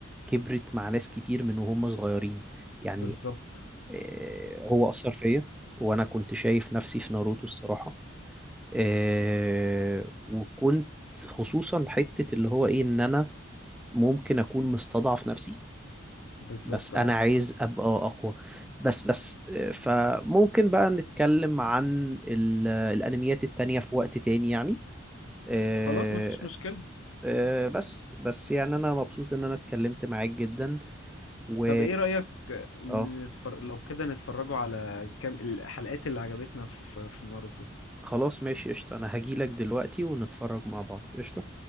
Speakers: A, in the centre; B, on the left.
A: كبرت مع ناس كتير من وهم صغيرين يعني
B: بالظبط
A: آه، هو اثر فيا وانا كنت شايف نفسي في ناروتو الصراحة آه، وكنت خصوصا حتة اللي هو ايه ان انا ممكن اكون مستضعف نفسي
B: بالظبط
A: بس
B: اه
A: انا عايز ابقى اقوى بس بس فممكن بقى نتكلم عن ال- الانميات التانية في وقت تاني يعني آه،
B: خلاص مفيش مشكلة
A: آه، بس بس يعني انا مبسوط ان انا اتكلمت معاك جدا و
B: طب ايه رأيك نتفر...
A: اه
B: لو كده نتفرجوا على كام الحلقات اللي عجبتنا في في ناروتو
A: خلاص ماشي قشطة انا هجيلك دلوقتي ونتفرج مع بعض قشطة